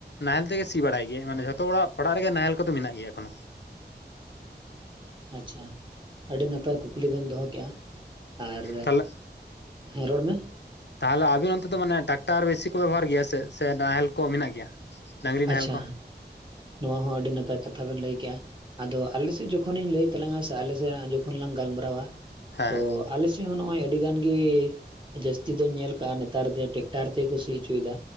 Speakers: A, on the left; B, on the right.
A: ᱱᱟᱦᱮᱞ ᱛᱮᱜᱮ ᱥᱤ ᱵᱟᱲᱟᱭ ᱜᱮ ᱢᱟᱱᱮ ᱡᱷᱚᱛᱚ ᱦᱚᱲᱟᱜ ᱚᱲᱟᱜ ᱨᱮᱜᱮ ᱱᱟᱦᱮᱞ ᱠᱚᱫᱚ ᱢᱮᱱᱟᱜ ᱜᱮᱭᱟ ᱮᱠᱷᱚᱱᱳ᱾
B: ᱟᱪᱪᱷᱟ ᱟᱹᱰᱤ ᱱᱟᱯᱟᱭ ᱠᱩᱠᱞᱤ ᱵᱤᱱ ᱫᱚᱦᱚ ᱠᱮᱫᱼᱟ ᱟᱨ,
A: ᱛᱟᱦᱚᱞᱮ
B: ᱦᱮᱸ ᱨᱚᱲ ᱢᱮ?
A: ᱛᱟᱦᱚᱞᱮ ᱟᱵᱤᱱ ᱚᱱᱛᱮ ᱫᱚ ᱢᱟᱱᱮ ᱴᱨᱟᱠᱴᱟᱨ ᱵᱮᱥᱤ ᱠᱚ ᱵᱮᱵᱚᱦᱟᱨ ᱜᱮᱭᱟ ᱥᱮ ᱥᱮ ᱱᱟᱦᱮᱞ ᱠᱚ ᱢᱮᱱᱟᱜ ᱜᱮᱭᱟ? ᱰᱟᱝᱨᱤ ᱱᱟᱦᱮᱞ
B: ᱟᱪᱪᱷᱟ
A: ᱠᱚ
B: ᱱᱚᱣᱟ ᱦᱚᱸ ᱟᱹᱰᱤ ᱱᱟᱯᱟᱭ ᱠᱟᱛᱷᱟ ᱵᱮᱱ ᱞᱟᱹᱭ ᱠᱮᱫᱼᱟ, ᱟᱫᱚ ᱟᱞᱮ ᱥᱮᱫ ᱡᱚᱠᱷᱚᱱᱤᱧ ᱞᱟᱹᱭ ᱛᱟᱞᱟᱝ-ᱟ ᱥᱮ ᱟᱞᱮ ᱥᱮᱫ ᱦᱚ ᱡᱚᱠᱷᱚᱱ ᱞᱟᱝ ᱜᱟᱞᱢᱟᱨᱟᱣᱟ
A: ᱦᱮᱸ
B: ᱛᱚ ᱟᱞ ᱥ ᱛᱮ ᱦᱚᱸ ᱱᱚᱜᱼᱚᱭ ᱟᱹᱰᱤ ᱜᱟᱱ ᱜᱮ ᱡᱟᱹᱥᱛᱤ ᱫᱚᱧ ᱧᱮᱞ ᱟᱠᱟᱜᱼᱟ ᱱᱮᱛᱟᱨ ᱫᱚ ᱴᱮᱠᱴᱟᱨ ᱛᱮᱜᱮ ᱠᱩ ᱥᱤ ᱚᱪᱚᱭᱮᱫᱟ᱾